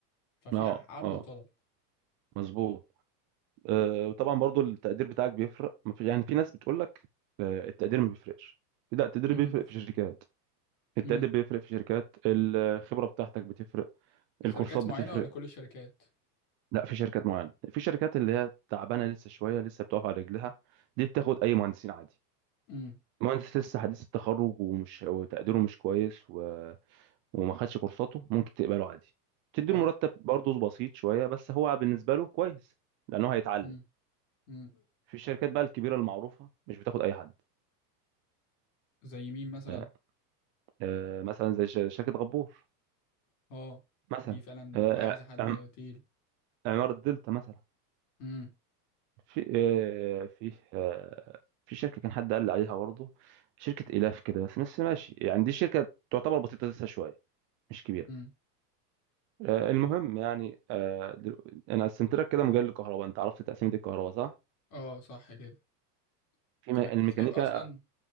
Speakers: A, on the left; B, on the right.
A: ففي
B: اه
A: عرض
B: اه
A: وطلب
B: مظبوط آه وطبعا برضو التقدير بتاعك بيفرق ما في... يعني في ناس بتقول لك آه التقدير ما بيفرقش لا التقدير
A: امم
B: بيفرق في شركات التقدير
A: امم
B: بيفرق في شركات الخبرة بتاعتك بتفرق
A: شركات
B: الكورسات بتفرق
A: معينة ولا كل الشركات؟
B: لا في شركات معينة في شركات اللي هي تعبانة لسه شوية لسه بتقف على رجلها دي بتاخد اي مهندسين عادي
A: امم
B: مهندس لسه حديث التخرج ومش وتقديره مش كويس وما خدش كورساته ممكن تقبله عادي تديله
A: أيوه
B: مرتب برضه بسيط شويه بس هو بالنسبه له كويس لانه هيتعلم
A: امم امم
B: في الشركات بقى الكبيره المعروفه مش بتاخد اي حد
A: زي مين مثلا؟
B: آه، آه، مثلا زي ش- شركه غبور
A: أه
B: مثلا
A: دي فعلا
B: آه،
A: بتبقى عايزة حد
B: عم-
A: تقيل
B: عماره دلتا مثلا
A: امم
B: في آه، في آه، في شركه كان حد قال لي عليها برضه شركه الاف كده بس بس ماشي يعني دي شركه تعتبر بسيطه لسه شويه مش كبيره
A: امم
B: آه، المهم يعني آه، دلو- انا قسمت لك كده مجال الكهرباء انت عرفت تقسيمه الكهرباء صح
A: أه صح كده
B: في
A: طب
B: م- الميكانيكا
A: أنت شايف أصلا